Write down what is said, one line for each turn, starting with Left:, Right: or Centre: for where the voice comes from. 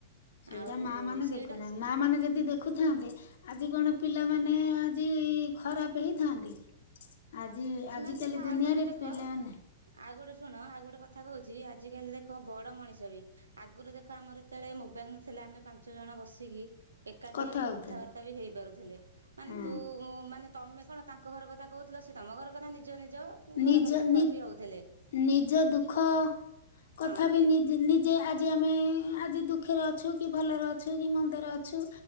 Left: ସେଇଟା
Right: ଆଉ
Left: ମା ମାନେ
Right: ସେଇଟା
Left: ଦେଖୁନାହାନ୍ତି। ମା ମାନେ ଯଦି ଦେଖୁଥାନ୍ତେ ଆଜି କଣ ପିଲାମାନେ ଆଜି ଖରାପ ହେଇଥାନ୍ତି କି? ଆଜି ଆଜିକାଲି
Right: ମାନେ ଦେଖ
Left: ଦୁନିଆରେ
Right: ଆଉ ଗୋଟେ ବି ଦେଖ
Left: ପିଲାମାନେ
Right: ଆଉ ଗୋଟେ ଶୁଣ ଆଉ ଗୋଟେ କଥା କହୁଛିି ଆଜିିକାଲି ଦେଖ ବଡ ମଣିଷ ବି ଆଗରୁ ଦେଖ ଆମର ଯେତେବେଳେ ମୋବାଇଲ ନଥିଲା ଆମେ ପାଞ୍ଚ ଜଣ ବସିକି ଏକାଠି
Left: କଥା
Right: ଆମେ
Left: ହଉଥିଲେ
Right: କଥାବାର୍ତ୍ତା ବି ହେଇପାରୁଥିଲେ ମାନେ
Left: ହଁ
Right: ତୁ ମାନେ ତମେ କଣ ତାଙ୍କ ଘର କଥା କହୁଥିଲ ସେ ତମ ଘର କଥା ନିଜ ନିଜ
Left: ନିଜ
Right: ଘର କଥା କୁହାକୁହି
Left: ନି
Right: ହେଉଥିଲେ।
Left: ନିଜ ଦୁଃଖ କଥା
Right: ହଁ
Left: ବି ନିଜ୍ ନି ଯେ ଆଜି ଆମେ ଆଜି ଦୁଃଖରେ ଅଛୁ କି ଭଲରେ ଅଛୁ କି ମନ୍ଦରେ ଅଛୁ